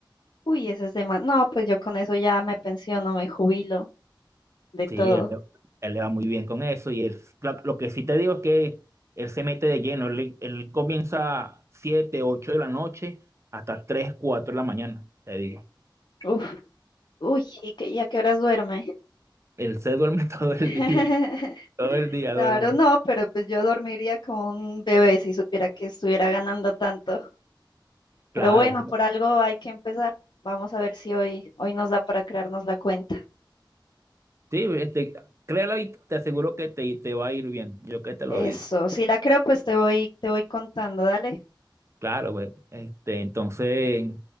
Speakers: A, on the left (about 65°); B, on the right (about 35°).
A: Uy, ese es demás. No, pues yo con eso ya me pensiono, me jubilo de
B: Sí,
A: todo.
B: él, le él le va muy bien con eso y él, lo, lo que sí te digo es que él se mete de lleno, él, él comienza 7 8 de la noche hasta 3 4 de la mañana, te digo.
A: Uf, uy, ¿y, qué- y a qué horas duerme?
B: Él se duerme <laughs> todo el
A: <laughs>
B: día, todo el día duerme.
A: Claro, no, pero pues yo dormiría como un bebé si supiera que estuviera ganando tanto.
B: Claro.
A: Pero bueno, por algo hay que empezar. Vamos a ver si hoy, hoy nos da para crearnos la cuenta.
B: Sí, este, créelo y te aseguro que te, te va a ir bien, yo que te lo
A: Eso,
B: digo.
A: si la creo, pues te voy, te voy contando. Dale,
B: Claro, güey. Este, entonces,